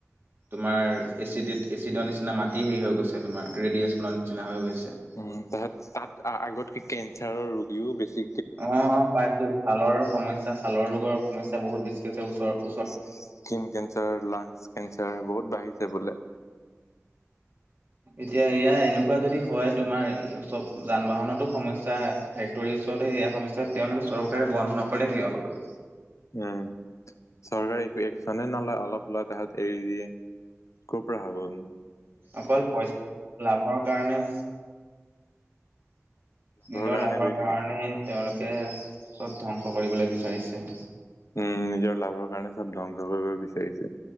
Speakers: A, on the right; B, on the left.
A: তোমাৰ এচিডেট এচিডৰ নিচিনা মাটি হেৰি হৈ গৈছে তোমাৰ ৰেডিয়েচনৰ নিচিনা হৈ গৈছে।
B: উম তাত তাত আগত কি কেঞ্চাৰৰ ৰোগীও বেছি
A: অ' পাইছো ছালৰ সমস্যা ছালৰ ৰোগৰ সমস্যা বহুত বেছি হৈছে ওচৰত।
B: স্কিন কেঞ্চাৰ লাংচ কেঞ্চাৰ বহুত বাঢ়িছে বোলে।
A: এতিয়া এয়া এনেকুৱা যদি হয় তোমাৰ চব যান বাহনতো সমস্যা। ফেক্টৰীৰ ওচৰতে ইয়া সমস্যাত তেওঁলোকে চৰকাৰে বন্ধ নকৰে কিয় বাৰু।
B: উম, চৰকাৰে একো একচনে নলয় অলপ লয় তাহত এৰি দিয়ে। কপৰা হাবোন
A: অকল পইচাৰ লাভৰ কাৰণে নিজৰ
B: কাৰণে
A: লাভৰ
B: কৰি
A: কাৰণে
B: থাকে।
A: তেওঁলোকে চব ধ্বংস কৰিবলৈ বিচাৰিছে।
B: উম নিজৰ লাভৰ কাৰণে চব ধ্বংস কৰিব বিচাৰিছে।